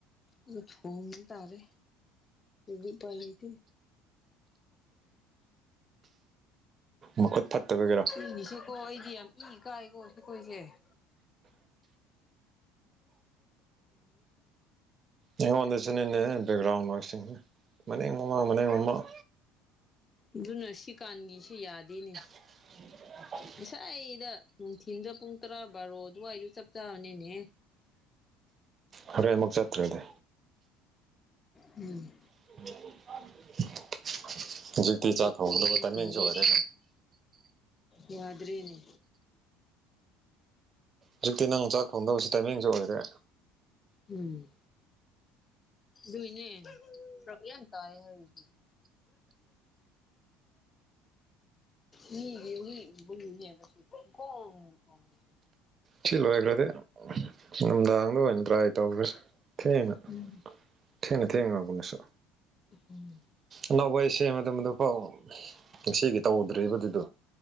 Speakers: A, on the left; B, on the right.
A: ꯑꯗꯨꯒ ꯊꯣꯡꯕ ꯇꯥꯔꯦ ꯎꯄꯥꯏ ꯂꯩꯇꯦ
B: ꯃꯈꯨꯠ ꯐꯠꯇꯕꯒꯤꯔꯣ
A: ꯏꯅꯤꯁꯤꯀꯣ ꯑꯩꯗꯤ ꯌꯥꯝ ꯏ ꯀꯥꯏꯀꯣ ꯑꯈꯣꯏꯁꯦ <inaudible>
B: ꯑꯩꯉꯣꯟꯗꯁꯨꯅꯤꯅꯦ ꯕꯦꯛꯒ꯭ꯔꯥꯎꯟ ꯅꯣꯏꯁꯤ ꯃꯅꯤꯡ ꯃꯃꯥꯡ ꯃꯅꯤꯡ ꯃꯃꯥꯡ
A: ꯑꯗꯨꯅ ꯁꯤꯀꯥꯟꯒꯤꯁꯨ ꯌꯥꯗꯦꯅꯦ
B: <unintelligible>
A: ꯉꯁꯥꯏꯗ ꯅꯨꯡꯊꯤꯜꯗ ꯄꯨꯡ ꯇꯔꯥ ꯕꯥꯔꯣ ꯑꯗꯨꯋꯥꯏꯗꯨ ꯆꯞ ꯆꯥꯕꯅꯤꯅꯦ
B: ꯍꯣꯔꯦꯟ ꯑꯃꯨꯛ ꯆꯠꯇ꯭ꯔꯗꯤ
A: ꯎꯝ
B: <unintelligible>
A: ꯑꯩꯒꯤ
B: ꯊꯣꯡꯒꯗꯕ
A: ꯀꯣꯕꯤꯁꯤꯡꯁꯦ
B: ꯇꯥꯏꯃꯤꯡꯁꯨ ꯑꯣꯏꯔꯦ
A: ꯌꯥꯗ꯭ꯔꯦꯅꯦ
B: ꯍꯧꯖꯤꯛꯇꯤ ꯅꯪ ꯆꯥꯛ ꯊꯣꯡꯗꯧꯁꯨ ꯇꯥꯏꯃꯤꯡꯁꯨ ꯑꯣꯏꯔꯦ
A: ꯎꯝ ꯑꯗꯨꯏꯅꯦ ꯐꯔꯛ ꯌꯥꯝ ꯇꯥꯏ ꯍꯥꯏꯔꯤꯗꯨ <unintelligible> <unintelligible>
B: ꯁꯤ ꯂꯣꯏꯒꯔꯗꯤ ꯅꯨꯡꯗꯥꯡꯗ ꯑꯣꯏꯅ ꯇ꯭ꯔꯥꯏ ꯇꯧꯈ꯭ꯔꯁꯦ ꯊꯦꯡꯅ
A: ꯎꯝ
B: ꯊꯦꯡꯅ ꯊꯦꯡꯉꯒꯨꯅꯤꯁ
A: ꯎꯝ
B: ꯑꯅꯧꯕ ꯑꯩ ꯁꯦꯝ ꯃꯇꯝꯗ ꯄꯥꯎ ꯉꯁꯤꯒꯤ ꯇꯧꯗ꯭ꯔꯤꯕꯔꯤꯕꯗꯨꯗꯣ